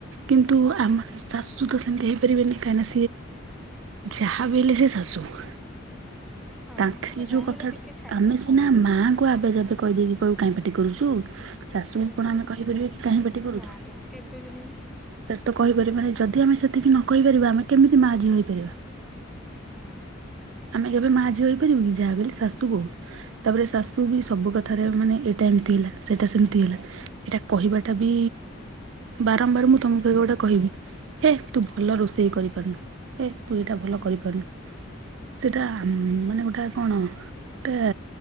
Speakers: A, on the right (about 65°); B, in the centre.
A: କିନ୍ତୁ
B: ହଁ
A: ଆମ
B: ହଁ
A: ଶ ତ ସେମିତି ହେଇପାରିବନି କାହିଁକି ନା ସେ ଯାହାବି ହେଲେ ସେ ଶାଶୁ ମା।
B: ହଁ
A: ତାଙ୍କ ସେ
B: ତ ଯାହା
A: ଯୋଉ କଥା
B: ହେଲେ ଟିକେ ଛାଡିବେ
A: ଆମେ ସିନା ମାଙ୍କୁ ଆବେ ଯାବେ, କହିଦେଇକି କହିବୁ କାହିଁ ପାଟି କରୁଛୁ ଶାଶୁ
B: ହୁଁ
A: ଆପଣ ଆମେ କହିପାରିବେ କି କାହିଁ ପାଟି କରୁଛୁ?
B: ନା ନା କେବେ ବି ନୁହେଁ
A: ସେଟା ତ କହିପାରିବାନି ଯଦି ଆମେ ସେତିକି ନ କହିପାରିବା ଆମେ କେମିତି ମା ଝିଅ ହେଇପାରିବା।
B: ହଁ।
A: ଆମେ କେବେ ମା ଝିଅ ହୋଇଇପାରିବୁନି ଯାହା ହେଲେ ଶାଶୁ ବୋହୂ
B: ହୁଁ
A: ତାପରେ ଶାଶୁ ବି ସବୁ କଥାରେ ମାନେ ଏଇଟା ଏମିତି ହେଲା ସେଟା ସେମିତି ହେଲା। ଏଇଟା କହିବାଟା ବି ବାରମ୍ବାର ମୁଁ ତମକୁ ଏ ଗୋଟେ କହିବି। ହେ ତୁ ଭଲ ରୋଷେଇ କରିପାରୁନୁ ହେ ତୁ ଏଇଟା ଭଲ କରିପାରୁନୁ। ସେଇଟା ମାନେ ଗୋଟେ କଣ? ଟା